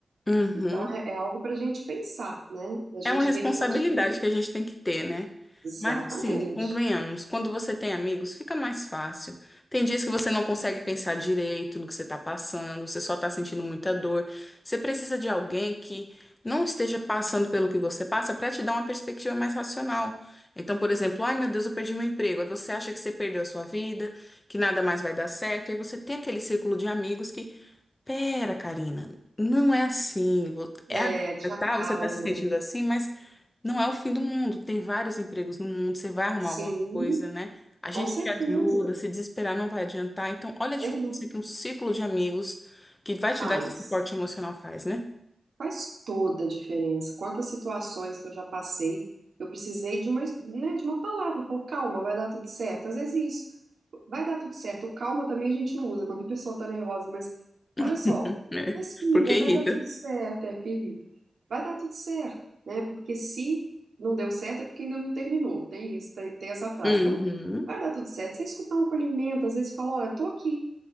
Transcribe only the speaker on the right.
Então, é, é algo para a gente pensar, né? Da gente
refletir.
Exatamente.
É,
te acalma.
Sim,
com
certeza.
Verdade.
Faz.
Faz toda a diferença. Quantas situações que eu já passei, eu precisei de uma, né, de uma palavra. Falou, calma, vai dar tudo certo. Às vezes isso, vai dar tudo certo. O calma também a gente não usa quando a pessoa tá nervosa, mas
olha só,
respira,
vai
dar tudo certo. É, porque irrita. Vai dar tudo certo, né? Porque se não deu certo é porque ainda não terminou. Tem isso, tem, tem essa frase.
Então, vai dar tudo certo. Você escutar um acolhimento, às vezes fala, olha, tô aqui